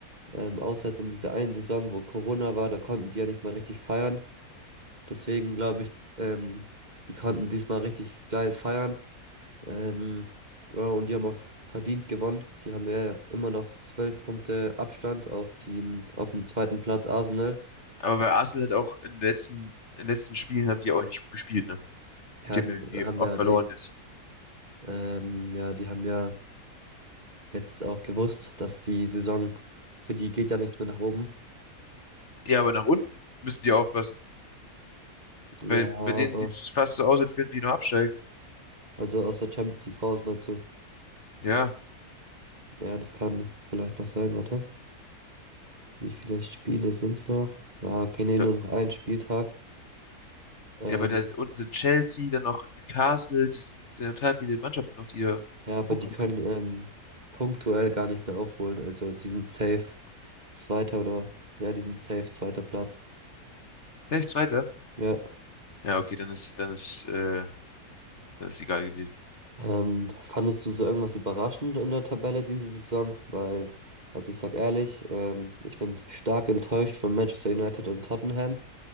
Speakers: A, on the right; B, on the left.
A: Ähm, außer jetzt in dieser einen Saison, wo Corona war, da konnten die ja nicht mal richtig feiern. Deswegen glaube ich, ähm, die konnten diesmal richtig geil feiern. Ähm, ja, und die haben auch verdient gewonnen. Die haben ja immer noch zwölf Punkte Abstand auf den, auf den zweiten Platz Arsenal.
B: Aber bei Arsenal hat auch in den letzten, in den letzten Spielen haben die auch nicht gut gespielt, ne?
A: Ja,
B: Die haben
A: die
B: irgendwie
A: haben
B: oft
A: ja
B: verloren
A: den,
B: jetzt.
A: ähm, ja, die haben ja jetzt auch gewusst, dass die Saison für die geht ja nichts mehr nach oben.
B: Ja, aber nach unten müssen die aufpassen. Bei,
A: Ja, aber
B: bei denen sieht es fast so aus, als könnten die nur absteigen.
A: also aus der Champions League raus, meinst du?
B: Ja,
A: Ja, das kann vielleicht noch sein, warte. Wie viele Spiele sind's noch? Ah, okay, nee,
B: da,
A: nur noch ein Spieltag. Ähm,
B: ja, aber da unten sind Chelsea, dann noch Newcastle, die sind total viele Mannschaften noch, die da
A: Ja, aber
B: hochkommen
A: die können
B: können.
A: ähm, punktuell gar nicht mehr aufholen. Also die sind safe Zweiter oder ja, die sind safe zweiter Platz.
B: Vielleicht Zweiter?
A: Ja.
B: Ja, okay, dann ist, dann ist, äh, dann ist egal gewesen.
A: Ähm, fandest du so irgendwas überraschend in der Tabelle diese Saison? Weil, also ich sag ehrlich, ähm, ich bin stark enttäuscht von Manchester United und Tottenham.